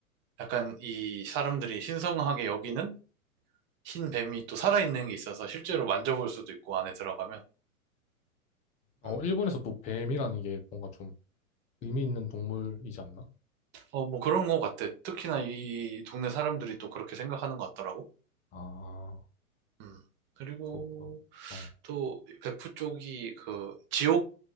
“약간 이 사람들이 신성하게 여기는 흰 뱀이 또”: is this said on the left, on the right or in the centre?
Right